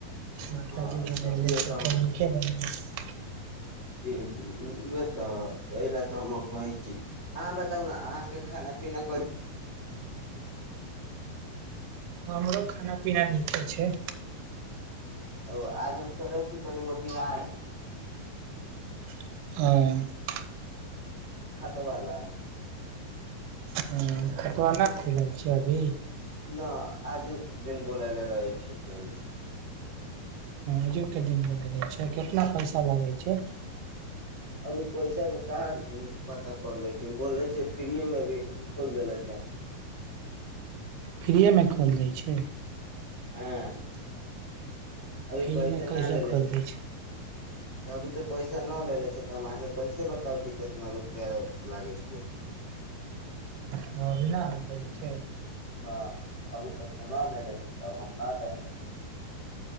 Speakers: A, on the right (about 80°); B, on the left (about 30°).
A: माता
B: हँ
A: जी बनैले
B: तऽ उहे
A: छै
B: हम
A: तऽ नीके बनल छै
B: जी जी उहे तऽ एहि ल तऽ हम कहै छी अहाँ बताउ न अहाँके खाना पीना कै
A: हमरो खाना पीना नीके छै
B: ओ आज हम चलै छी तनि मोतिहारी
A: ह
B: खात्वा ला
A: ह खत्वा नहि खैले छियै अभी
B: नहि आजुक दिन बोलयले रहै छथिन
A: आजु के दिन बोलैले छै केतना पैसा लागै छै
B: अभी पैसा के कहाँ इ पता करले छै बोले छै फ्रीए मे अभी खोल देेले छै <inaudible>
A: फ्रीएमे खोल दै छै
B: हँ अभी
A: फ्री
B: पैसा
A: मे कैसे
B: ना लेलेे
A: खोल
B: छै
A: दै
B: अभी तऽ पैसा ना लेले छै तऽ हम अहाँके कैसे बताउ कि कितना रुपैया लागै छै <inaudible>
A: हं अभी ना बतैले छै
B: न अभी तक तऽ न लेले छी तब हम न जानै छी